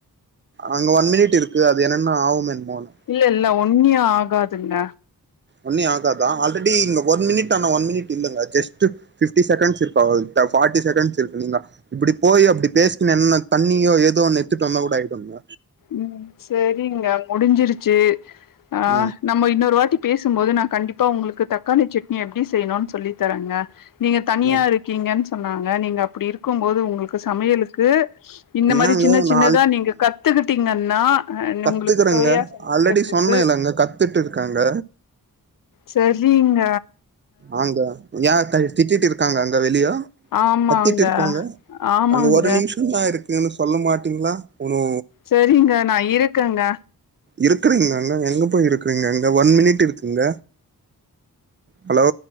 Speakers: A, on the right; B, on the left.
A: அங்க ஒன் மினிட் இருக்கு அது என்னென்னா ஆவும் என்மோன்னு
B: இல்ல இல்ல ஒன்னியோ ஆகாதுங்க
A: ஒன்னியோ ஆகாதா ஆல்ரெடி இங்க ஒன் மினிட் அனா ஒன் மினிட் இல்லங்க ஜஸ்ட்டு ஃபிஃப்டி செகண்ட்ஸ் இருக்கா அவ்ளதா ஃபார்டி செகண்ட்ஸ் இருக்குங்க இப்படி போய் அப்படி பேசன்ன என்ன தண்ணியோ ஏதோ ஒண்ணு எத்துட்டு வந்தா கூட ஆயிடுங்க
B: ம் சரிங்க முடிஞ்சிருச்சு ஆ
A: ம்
B: நம்ம இன்னொரு வாட்டி பேசும்போது நா கண்டிப்பா உங்களுக்கு தக்காளி சட்னி எப்படி செய்யணுன்னு சொல்லி தரங்க நீங்க தனியா
A: ம்
B: இருக்கீங்கன்னு சொன்னாங்க நீங்க அப்படி இருக்கும் போது உங்களுக் ஒரு சமையலுக்கு இந்த மாரி
A: ஏங்க
B: சின்ன சின்னதா
A: நா
B: நீங்க கத்துக்கிட்டீங்கன்னா
A: கத்துக்குறங்க
B: உங்களுக்கு சுவையா செஞ்சுக்கிறதுக்கு
A: ஆல்ரெடி சொன்ன இல்லங்க கத்துட்டு இருக்காங்க
B: செரிங்க
A: ஆங்க ஏன் கை திட்டிட்டு இருக்காங்க அங்க வெளியோ
B: ஆமாங்க
A: கத்திட்டு இருக்காங்க
B: ஆமாங்க
A: அங்க ஒரு நிமிஷந்தா இருக்குன்னு சொல்ல மாட்டீங்களா உனோ
B: சரிங்க நா இருக்கங்க
A: இருக்கிறீங்களாங்க எங்க போய் இருக்குறீங்க அங்க ஒன் மினிட் இருக்குங்க ஹலோ